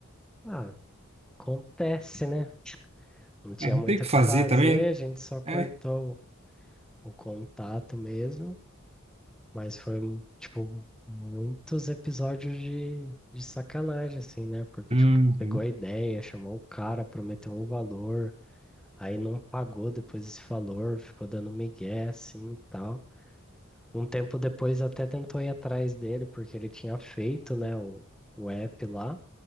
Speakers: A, in the centre; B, on the right (about 30°).
A: Ah, acontece, né? Não tinha
B: É, não
A: muito
B: tem o que
A: o que
B: fazer
A: fazer,
B: também, né?
A: a gente só cortou
B: É.
A: o contato mesmo, mas foi, tipo, muitos episódios de, de sacanagem, assim, né? Porque,
B: Uhum,
A: tipo, pegou a ideia, chamou o cara, prometeu um valor, aí não pagou depois esse valor, ficou dando migué, assim, e tal. Um tempo depois até tentou ir atrás dele, porque ele tinha feito, né, o, o app lá,